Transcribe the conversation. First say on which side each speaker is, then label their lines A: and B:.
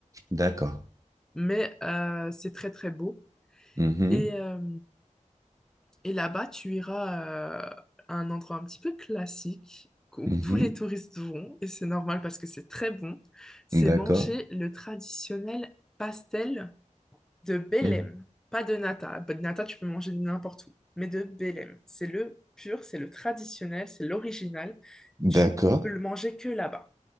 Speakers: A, on the right; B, in the centre.
A: D'accord.
B: mais euh, c'est très très beau.
A: Mhm,
B: Et, euh, et là-bas, tu iras euh, à un endroit un petit peu classique où
A: mhm,
B: tous les touristes vont et c'est normal parce que c'est très bon. C'est
A: D'accord.
B: manger le traditionnel pastel de Bélem,
A: mhm,
B: pas de nata. Bah, De nata, tu peux manger de n'importe où, mais de Bélem. C'est le pur, c'est le traditionnel, c'est l'original.
A: D'accord.
B: Tu peux le manger que là-bas.